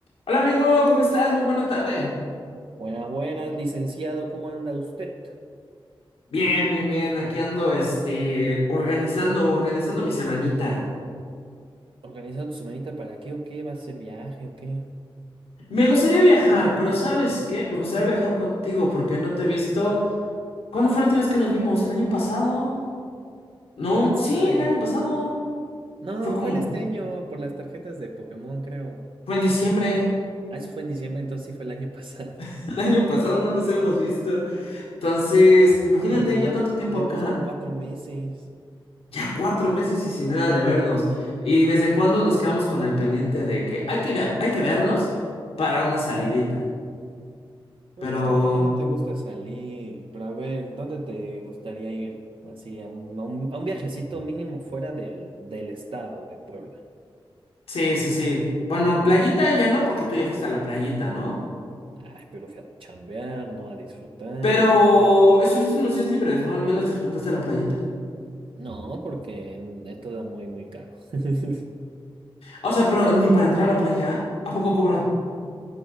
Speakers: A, on the left; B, on the right.
A: Hola amigo, ¿cómo estás? Muy buena tarde.
B: Buenas, buenas, licenciado, ¿cómo anda usted?
A: Bien, bien, bien. Aquí ando, este, organizando, organizando mi semanita.
B: ¿Organizando su semanita para qué o qué? ¿Va a hacer viaje o qué?
A: Me gustaría viajar, pero ¿sabes qué? Me gustaría viajar contigo porque no te he visto. ¿Cuándo fue la última vez que nos vimos? ¿El año pasado? No,
B: ¿Quién
A: sí,
B: sabe?
A: el año pasado.
B: No,
A: Fue como,
B: fue en este año por las tarjetas de Pokémon, creo.
A: fue en diciembre.
B: Ah, eso fue en diciembre, entonces sí fue el año pasado.
A: <laughs> El año pasado no nos hemos visto. Entonces,
B: <laughs>
A: imagínate,
B: Juan, si
A: yo
B: ya,
A: tanto tiempo
B: ya
A: acá.
B: pasaron cuatro meses.
A: Ya cuatro meses y sin nada de vernos. ¿Y desde cuándo nos quedamos con el pendiente de que hay que ir a- hay que vernos para una salidita?
B: Pues
A: Pero
B: es que a ti que no te gusta salir, pero a ver, ¿dónde te gustaría ir? Así, a un, a un- a un viajecito mínimo fuera del, del estado de Puebla.
A: sí, sí, sí. Bueno, playita ya no, porque tú ya fuiste a la playita, ¿no?
B: Ay, pero fui a chambear, no a disfrutar.
A: Pero estuviste unos días libres, ¿no? Al menos disfrutaste la playita.
B: No, porque esto da muy, muy caro. <laughs>
A: O sea, pero ni para entrar a la playa, ¿a poco cobran?